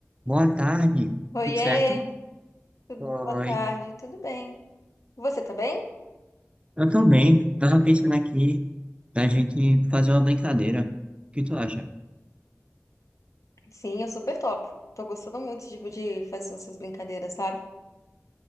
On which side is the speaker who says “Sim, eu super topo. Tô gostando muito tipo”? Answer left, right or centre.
Left